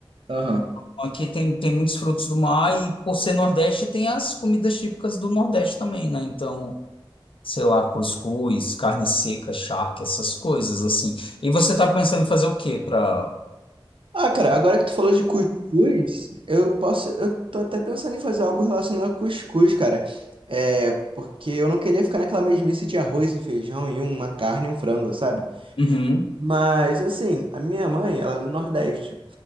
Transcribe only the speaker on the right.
Aham.
Ah, cara, agora que tu falou de cuscuz, eu posso, eu tô até pensando em fazer algo relacionado a cuscuz, cara. É, porque eu não queria ficar naquela mesmice de arroz e feijão e uma carne e um frango, sabe?
Mas assim, a minha mãe, ela é do Nordeste,